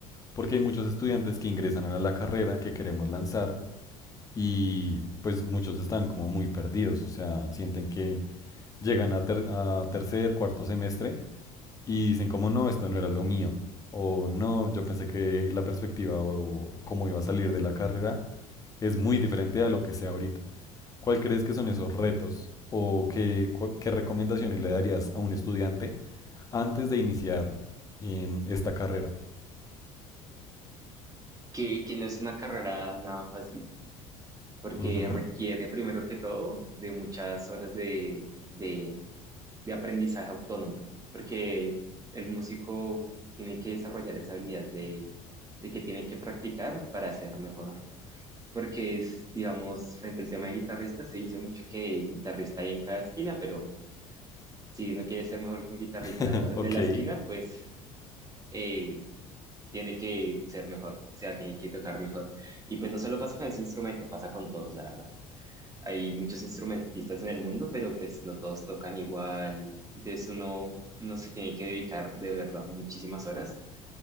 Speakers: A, on the left; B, on the right.
A: Porque hay muchos estudiantes que ingresan a la carrera que queremos lanzar y pues muchos están como muy perdidos, o sea, sienten que llegan a, ter- a tercer, cuarto semestre y dicen como no, esto no era lo mío. O no, yo pensé que la perspectiva o cómo iba a salir de la carrera es muy diferente a lo que sea ahorita. ¿Cuál crees que son esos retos o qué, cua- qué recomendaciones le darías a un estudiante antes de iniciar em, esta carrera?
B: Que, que no es una carrera nada fácil, porque
A: Ujú.
B: requiere primero que todo de muchas horas de, de, de aprendizaje autónomo, porque el músico tiene que desarrollar esa habilidad de, de que tiene que practicar para ser mejor. porque es, digamos, frente al tema de guitarrista se dice mucho que guitarrista hay en cada esquina, pero si uno quiere ser mejor que un guitarrista
A: <laughs> Ok,
B: de la esquina, pues eh, tiene que ser mejor, o sea, tiene que tocar mejor. Y pues no solo pasa con ese instrumento, pasa con todos, la verdad. Hay muchos instrumentistas en el mundo, pero pues no todos tocan igual, entonces uno, no se tiene que dedicar de verdad muchísimas horas